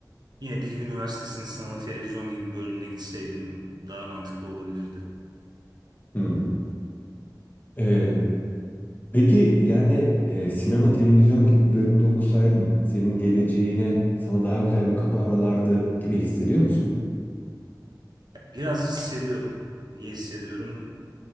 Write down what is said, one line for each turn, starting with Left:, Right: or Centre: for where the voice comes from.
Right: yine Bilgi Üniversitesi'nin sınavı televizyon gibi bir bölümüne gitseydim daha mantıklı olabilirdi.
Left: Hmm. Ee, Peki yani e, sinema televizyon gibi bir bölümde okusaydın senin geleceğine sana daha güzel bir kapı aralardı gibi hissediyor musun?
Right: Biraz hissediyorum. Niye hissediyorum?